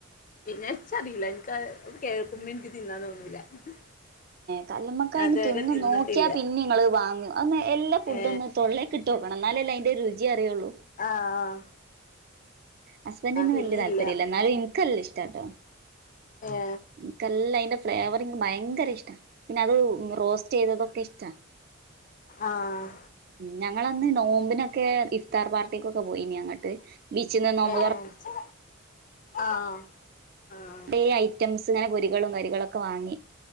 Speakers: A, on the left; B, on the right.
A: പിന്നെ എച്ചറിയില്ല എനിക്ക് അത് കേൾക്കുമ്പോ എനിക്ക് തിന്നാൻ തോന്നൂല <inaudible>
B: കല്ല്മ്മേക്കായ
A: അതുവരെ
B: അയിന് തിന്ന്
A: തിന്നിട്ടില്ല
B: നോക്കിയാൽ പിന്നെ നിങ്ങള് വാങ്ങും അന്ന് എല്ലാ ഫുഡും
A: ഏ
B: ഒന്ന് തൊള്ളേ കിട്ടു ട്ടോക്കണം എന്നാലല്ലേ അയിന്റെ രുചി അറിയുള്ളൂ
A: ആഹ്
B: ഹസ്ബൻ്റിന്
A: തിന്നില്ല
B: വല്യ താല്പര്യ ഇല്ല എന്നാലും എനക്ക് നല്ല ഇഷ്ടാട്ടോ
A: ഏ
B: ഇക്ക് നല്ല അയിന്റെ ഫ്ലേവർ ഭയങ്കര ഇഷ്ടാ പിന്ന അത് റോസ്റ്റ് ചെയ്തതൊക്കെ ഇഷ്ടാ
A: ആഹ്
B: ഉം ഞങ്ങളന്ന് നോമ്പിനൊക്കെ ഇഫ്താർ പാർട്ടിക്കൊക്കെ പോയിനി അങ്ങട്ട് ബീച്ചിന്ന് നോമ്പ്
A: ഏഹ് ആഹ് ആഹ്
B: ഈ ഐറ്റംസിനെ പൊരികളും വരികളൊക്കെ വാങ്ങി